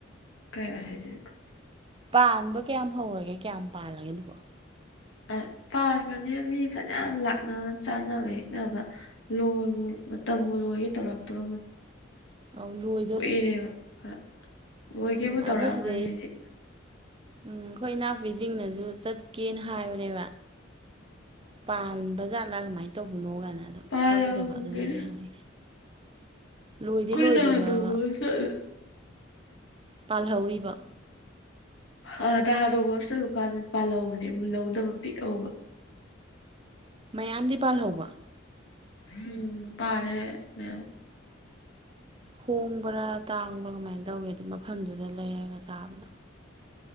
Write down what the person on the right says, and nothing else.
ꯄꯥꯟꯕ ꯀꯌꯥꯝ ꯍꯧꯔꯒꯦ ꯀꯌꯥꯝ ꯄꯥꯜꯂꯒꯦ ꯑꯗꯨꯕꯣ
ꯑꯧ ꯂꯣꯏ
ꯎꯝ
ꯑꯩꯈꯣꯏ ꯁꯤꯗꯩ
ꯎꯝ ꯑꯩꯈꯣꯏ ꯏꯅꯥꯎꯄꯤꯖꯤꯡꯅꯁꯨ ꯆꯠꯀꯦꯅ ꯍꯥꯏꯕꯅꯦꯕ ꯄꯥꯟꯕꯖꯥꯠꯂꯥ ꯀꯃꯥꯏꯅ ꯇꯧꯕꯅꯣ ꯀꯥꯏꯅ ꯑꯗꯣ
ꯈꯪꯗꯕ ꯑꯗꯨꯗ ꯑꯩꯅ ꯍꯪꯉꯛꯏꯁꯦ <inaudible> ꯂꯣꯏꯗꯤ
ꯂꯣꯏꯗ꯭ꯔꯤꯕꯕ
ꯄꯥꯜꯍꯧꯔꯤꯕ
ꯃꯌꯥꯝꯗꯤ ꯄꯥꯜꯍꯧꯕ
ꯍꯣꯡꯕ꯭ꯔꯥ ꯇꯥꯡꯕ꯭ꯔꯥ ꯀꯃꯥꯏꯅ ꯇꯧꯒꯦ ꯑꯗꯨ ꯃꯐꯝꯗꯨꯗ ꯂꯩꯔꯒ ꯆꯥꯕꯗꯣ